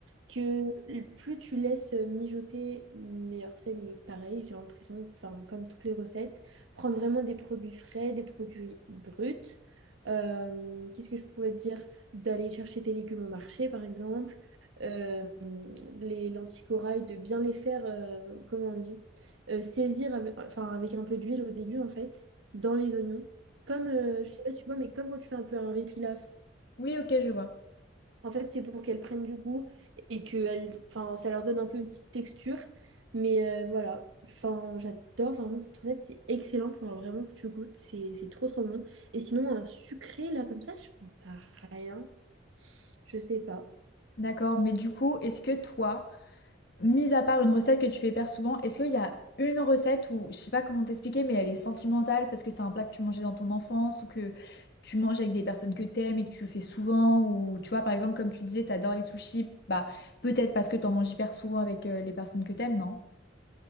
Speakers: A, on the right; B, on the left.
A: Que plus tu laisses mijoter, meilleur c'est. Mais pareil, j'ai l'impression, enfin comme toutes les recettes, prendre vraiment des produits frais, des produits bruts. Euh, qu'est-ce que je pourrais te dire? d'aller chercher tes légumes au marché, par exemple, euh, les lentilles de bien les faire, euh, comment on dit, euh, saisir avec, enfin, avec un peu d'huile au début, en fait, dans les oignons. Comme, euh, je sais pas si tu vois, mais comme quand tu fais un peu un riz pilaf.
B: Oui, ok, je vois.
A: En fait, c'est pour qu'elles prennent du goût et que elles- enfin, ça leur donne un peu une petite texture. Mais euh, voilà, enfin, j'adore vraiment cette recette, c'est excellent, faut vraiment que tu goûtes, c'est c'est trop trop bon. Et sinon, un sucré, là, comme ça, je pense à rien, je sais pas.
B: D'accord, mais du coup, est-ce que toi, Mis à part une recette que tu fais hyper souvent, est-ce qu'il y a une recette où, je sais pas comment t'expliquer, mais elle est sentimentale parce que c'est un plat que tu mangeais dans ton enfance ou que tu manges avec des personnes que t'aimes et que tu fais souvent ou tu vois, par exemple, comme tu disais, t'adores les sushis, bah peut-être parce que t'en manges hyper souvent avec euh, les personnes que t'aimes, non?